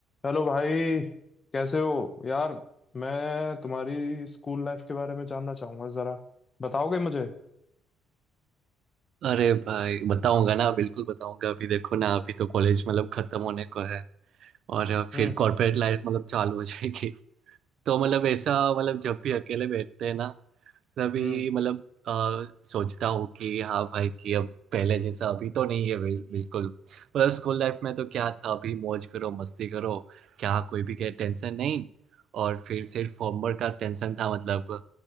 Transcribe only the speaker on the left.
Hello भाई कैसे हो यार मैं तुम्हारी स्कूल लाइफ के बारे में जानना चाहूंगा जरा बताओगे मुझे
हम्म
हम्म